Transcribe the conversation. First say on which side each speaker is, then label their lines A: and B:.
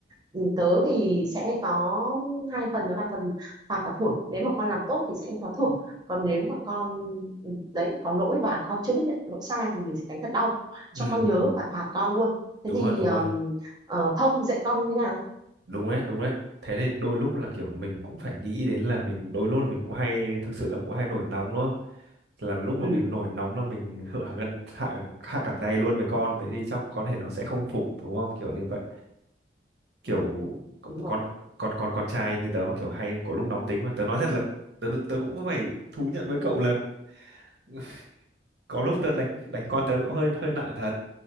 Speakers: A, on the right; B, on the right.
A: Ừ, tớ thì sẽ có hai phần đó là phần phạt và thưởng nếu mà con làm tốt thì sẽ có thưởng còn nếu mà con ừ, đấy có lỗi và con chưa biết nhận lỗi sai thì mình sẽ đánh thật đau
B: ừ
A: cho con
B: ừ.
A: nhớ và phạt con luôn
B: đúng
A: thế thì
B: rồi đúng
A: um,
B: rồi
A: ờ, Thông thì dạy con như thế nào
B: đúng đấy đúng đấy thế thì đôi lúc là kiểu mình cũng phải nghĩ đến là mình đôi lúc là mình cũng hay thực sự là cũng hay nổi nóng đúng không là lúc mà
A: ừ,
B: mình nổi nóng là mình hạ gân hạ, hạ cẳng tay luôn với con đấy thì chắc có thể nó sẽ không phục đúng không kiểu như vậy kiểu
A: ừ
B: con
A: đúng rồi
B: con con con trai như tớ mà kiểu hay có lúc nóng tính mà tớ nói thật là tớ tớ cũng phải thú nhận với cậu là <laughs> có lúc tớ đánh đánh con tớ nó cũng hơi hơi nặng thật